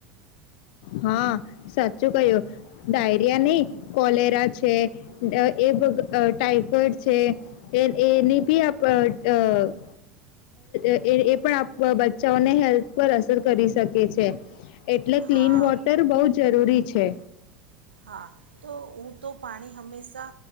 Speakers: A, on the left; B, on the right.
A: હા સાચ ક્યું ડાયરિયા નહી. કોલેરા છે એ ટાઈફોઇડ છે એની બીે એ પણ અ હે બચ્ચાઓને હેલ્થ પર અસર કરી શકે છે. એટલે ક્લીન
B: હા
A: બહુ જરૂરી છે.
B: હા તો હું તો પાણી હંમેશા